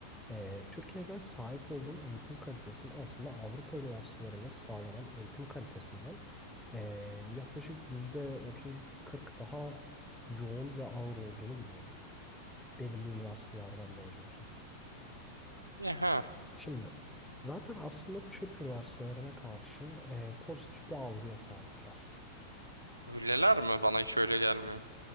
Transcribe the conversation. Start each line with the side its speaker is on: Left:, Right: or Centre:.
Centre: eee, Türkiye'de sahip olduğun eğitim kalitesinin aslında Avrupa üniversitelerinde sağlanan eğitim kalitesinden eee, yaklaşık yüzde otuz kırk daha yoğun ve ağır olduğunu biliyorlar. Belirli üniversitelerden mezunsan.
Right: Ya ha,
Centre: Şimdi zaten aslında Türk üniversitelerine karşı e, pozitif bir algıya sahipler.
Right: öyleler mi? Bana hiç öyle gelmiyor.